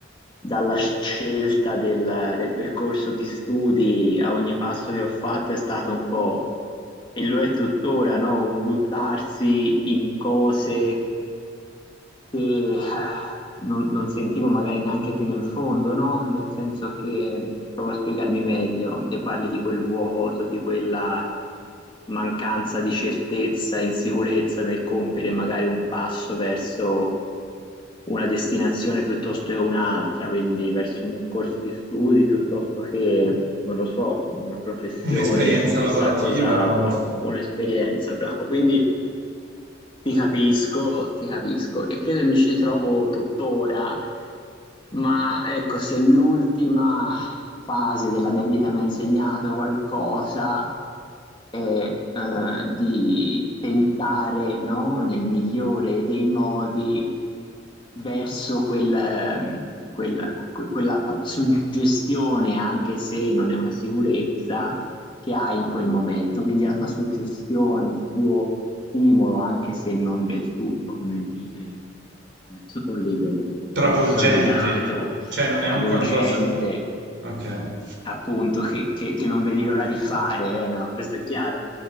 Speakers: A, on the left; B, on the right.
A: dalla scelta del, del percorso di studi a ogni passo che ho fatto è stato un po', e lo è tuttora, no? Un buttarsi in cose che eh, non, non sentivo magari neanche fino in fondo, no? Nel senso che, provo a spiegarmi meglio, te parli di quel vuoto, di quella mancanza di certezza, insicurezza nel compiere magari un passo verso una destinazione piuttosto che un'altra, quindi verso un corso di studi piuttosto che, non lo so, una professione
B: un'esperienza
A: o chissà
B: lavorativa
A: cos'altro,
B: o
A: un'esperienza, bravo. Quindi ti capisco, ti capisco e credo che mi ci ritrovo tuttora, ma ecco, se l'ultima fase della mia vita mi ha insegnato qualcosa è eh, di tentare, no, nel migliore dei modi verso quel, ehm, quella, que- quella suggestione, anche se non è una sicurezza che hai in quel momento. Quindi la tua suggestione, il tuo stimolo, anche se non del tutto, come dire, eh, solido,
B: travolgente,
A: consolidato,
B: cioè non
A: travolgente,
B: è un qualcosa... Ok.
A: appunto, che, che- che non vedi l'ora di fare, eh, no, questo è chiaro.